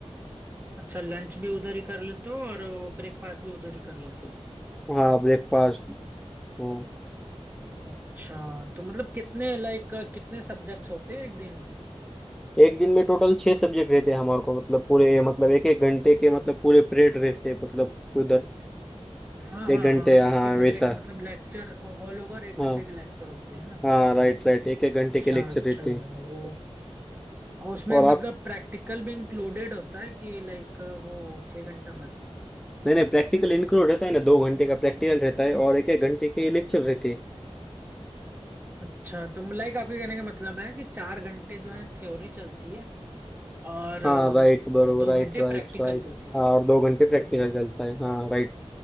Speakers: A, on the right (about 20°); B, in the centre.
A: अच्छा लंच भी उधर ही कर लेते हो और ब्रेकफास्ट भी उधर ही कर लेते हो
B: हाँ ब्रेकफास्ट हाँ
A: अच्छा तो मतलब कितने लाइक कितने सब्जेक्ट्स होते हैं एक दिन में
B: एक दिन में टोटल छह सब्जेक्ट रहते हैं हमारे को मतलब पूरे मतलब एक एक घंटे के मतलब पूरे पीरियड रहते हैं मतलब उधर
A: हाँ
B: एक
A: हाँ
B: घंटे
A: हाँ
B: हाँ
A: एक एक घंटे
B: वैसा
A: के मतलब लेक्चर ऑल ओवर एक
B: हाँ
A: घंटे के लेक्चर होते हैं ना
B: हाँ राइट राइट एक एक घंटे
A: अच्छा
B: के लेक्चर
A: अच्छा
B: रहते हैं
A: वो और उसमें
B: और
A: मतलब
B: आप
A: प्रैक्टिकल भी इंक्लूडेड होता है कि लाइक वो छः घंटा बस
B: नहीं नहीं प्रैक्टिकल इंक्लूड रहता है ना दो घंटे का प्रैक्टिकल रहता है और एक एक घंटे के लेक्चर रहते हैं
A: अच्छा तो लाइक आपके कहने का मतलब है कि चार घंटे जो है थ्योरी चलती है और
B: हाँ राइट बरोबर
A: अ, दो
B: राइट
A: घंटे
B: राइट
A: प्रैक्टिकल
B: राइट
A: चलती
B: हाँ
A: है
B: और दो घंटे
A: हम्म
B: प्रैक्टिकल
A: हम्म।
B: चलता है हाँ राइट